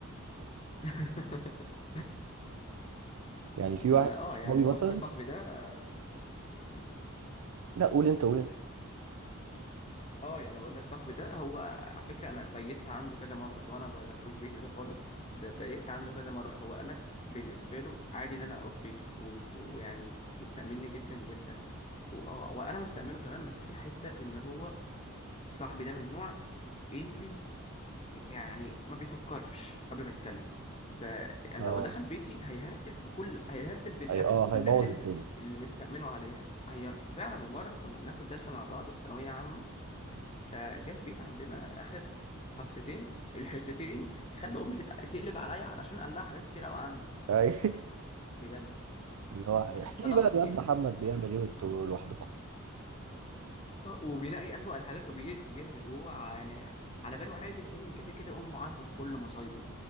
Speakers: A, on the left; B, on the right.
A: <laughs>
B: يعني في
A: ما
B: واحد
A: اه
B: صحابي
A: يعني
B: مثلا
A: هو حتى صاحبي ده آه، مم.
B: لا قول انت قول
A: قول
B: انت
A: اه يعني بقول لك صاحبي ده هو على فكره انا بيت عنده كذا مره اللي هو انا ما بدخلوش بيتي ده خالص ده بيت عنده كذا مره هو انا بالنسبه له عادي ان انا اروح بيته و- ويعني مستأمني جدا جدا و- اه وانا مستأمنه كمان بس في حته ان هو صاحبي ده من النوع اللي يعني ما بيفكرش قبل ما يتكلم ف يعني
B: اه
A: لو دخل بيتي هيهرتل بكل هيهرتل بالحاجات
B: اي اه
A: كلها
B: هيبوظ
A: اللي
B: الدنيا
A: اللي مستأمنه عليها هي فعلا ومره كنا بناخد درس مع بعض في ثانويه عامه فجا البيت عندنا اخد حصتين الحصتين خلى امي تت- تقلب عليا علشان قال لها حاجات كتير قوي عني
B: أي.
A: بجد
B: <laughs> اللي هو احكي
A: فضحني
B: لي بقى الواد محمد بيعمل ايه وانتوا لوحدكم
A: <laughs> وبينقي اسوأ الحاجات وبيدي جامد هو يعني على باله عادي لان كده كده امه عارفه كل مصايبه